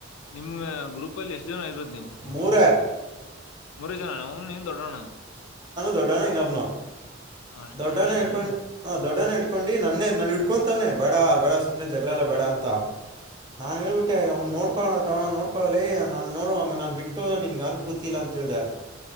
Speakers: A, on the left (about 75°); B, on the right (about 20°).
A: ನಿಮ್ಮ ಗ್ರೂಪ ಅಲ್ಲಿ ಎಷ್ಟು ಜನ ಇರದು ನೀವು
B: ಮೂರೇ
A: ಮುರು ಜನಾನ ಅವನು ನೀನು ದೊಡ್ಡಣ್ಣ
B: ದೊಡ್ಡನ ನಬ್ನು
A: ಅಷ್ಟೇ
B: ದೊಡ್ಡನ
A: ಮೂರೇ ಜನ
B: ಇಡ್ಕೊಂಡು
A: ಏನು
B: ಹ ದೊಡ್ಡನ ಇಡ್ಕೊಂಡು ಹೇ ನನ್ನೇ ನನ್ ಇಡ್ಕೊಂತವನನೆ ಬೇಡ ಬೇಡ ಸುಮ್ನೆ ಜಗಳಲ್ಲ ಬೇಡ ಅಂತ ನಾನ್ ಹೇಳ್ಬಿಟ್ಟೆ ಅವ್ನ್ ನೋಡ್ಕೊ ನೋಡ್ಕೊಳಲ್ಲ ನಾ ನೋಡ ನಾನ್ ಬಿಟ್ಟುೋದ ನಿಮ್ಗೆ ಯಾರ್ಗೂ ಗೊತ್ತ ತಿಲಂಂತದ ಅಂತ ಹೇಳಿದೆ